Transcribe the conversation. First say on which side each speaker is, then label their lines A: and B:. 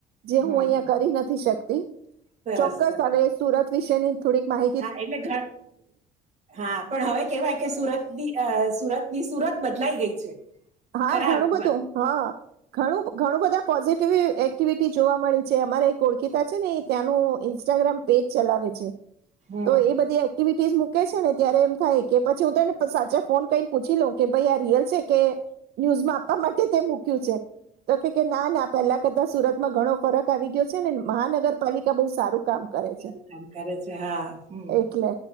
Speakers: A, on the right; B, on the right.
A: જે હું
B: હમ
A: અહિયાં કરી નથી શક. તે.
B: સરસ
A: ચોક્કસ
B: સરસ
A: હવે સુરત. વિષયની થોડીક માહી.
B: હા એટલે હા પણ હવે કેવાય કે સુરત સુરત. ની સુરત બદલાઈ ગઈ છે.
A: હા
B: ખરા
A: ઘણું
B: અર્થમાં
A: બધું હા ઘણું ઘણું બધા પોઝિટિવ એક્ટિવ. જોવા મળી છે અમારે ઓળખતા છે ને ત્યાંનું ઇન્સ્ટાગ્રામ પેજ ચલાવે છે.
B: હમ
A: તો એ બધી એક્ટિવિટી. મૂકે છે ને ત્યારે એમ થાય કે પછી હું તને સાચા ફોન કરીને પૂછી લઉ કે ભાઈ આ રિયલ છે કે. ન્યુઝ માં આપવા માટે તેક. તો કે ના ના પેલા બકા સુરતમાં ઘણો ફરક આવી ગયો છે ને મહાનગરપાલિકા બહુ સારું. કામ કરે
B: સારું
A: છે
B: કામ કરે છે હા હમ
A: એટલે